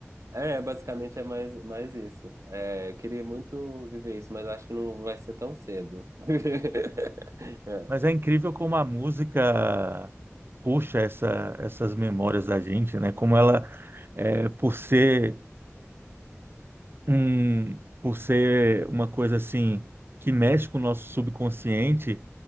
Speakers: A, on the right; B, on the right.
A: é, basicamente é mais, mais isso. É, eu queria muito viver isso, mas acho que não vai ser tão cedo. <laughs> É.
B: Mas é incrível como a música puxa essa- essas memórias da gente, né? Como ela, é, por ser um, por ser uma coisa assim que mexe com o nosso subconsciente,